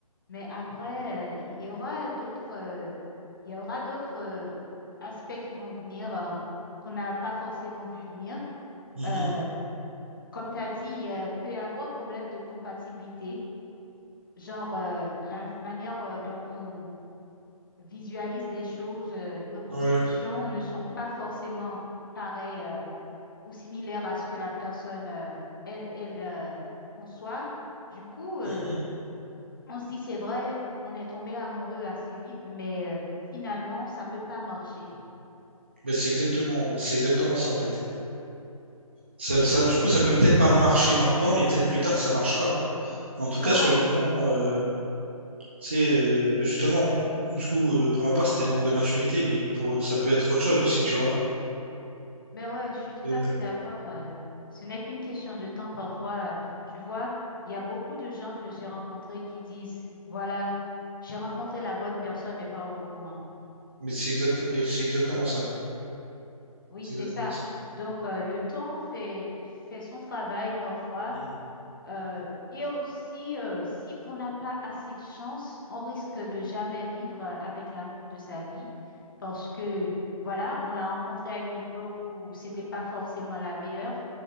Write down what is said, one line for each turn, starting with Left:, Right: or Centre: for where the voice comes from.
Left: mais après, euh, il y aura d'autres, euh, il y aura d'autres euh, aspects qui vont venir, euh, qu'on n'a pas forcément vu venir.
Right: Mhm.
Left: Euh, comme tu as dit, il euh, peut y avoir un problème de compatibilité, genre euh, la manière euh, dont on visualise les choses, euh, nos conceptions
Right: Ouais.
Left: ne sont pas forcément pareilles. euh, ou similaire à ce que la personne, euh, elle, elle euh, conçoit. Du coup, euh,
Right: Mhm.
Left: on se dit, c'est vrai, on est tombé amoureux assez vite, mais euh, finalement, ça peut pas marcher.
Right: Bah, c'est exactement, ouais, c'est exactement ça, en fait. Ça, ça, du coup, ça peut peut-être pas marcher maintenant, mais peut-être plus tard, ça marchera. En tout cas,
Left: Ben ouais,
Right: sur le moment, euh, tu sais, euh, bah, justement, du coup, euh, pour ma part, c'était manque de maturité, mais pour, ça peut être autre chose aussi, tu vois.
Left: ben ouais, je suis tout
Right: Euh,
Left: à fait d'accord. euh, ce n'est qu'une question de temps parfois. euh, tu vois, il y a beaucoup de gens que j'ai rencontrés qui disent, voilà, j'ai rencontré la bonne personne, mais pas au bon moment.
Right: mais c'est exactement, et c'est exactement ça.
Left: Oui,
Right: C'est
Left: c'est
Right: exactement
Left: ça.
Right: ça.
Left: Donc, euh, le temps fait, fait son travail parfois.
Right: Mhm.
Left: Euh, et aussi, euh, si on n'a pas assez de chance, on risque de jamais vivre euh, avec l'amour de sa vie parce que, voilà, on l'a rencontré à une époque où c'était pas forcément la meilleure.